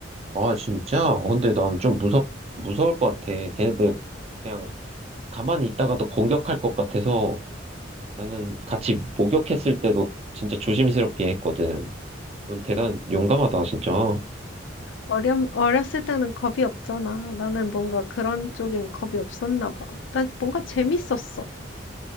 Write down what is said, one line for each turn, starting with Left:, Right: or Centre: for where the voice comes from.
Right: 아, 진짜? 어, 근데 난 좀 무섭, 무서울 것 같아. 걔네들 그냥 가만히 있다가도 공격할 것 같아서 나는 같이 목욕했을 때도 진짜 조심스럽게 했거든. 넌 대단 용감하다, 진짜.
Left: 어렴, 어렸을 때는 겁이 없잖아. 나는 뭔가 그런 쪽엔 겁이 없었나 봐. 나 뭔가 재밌었어.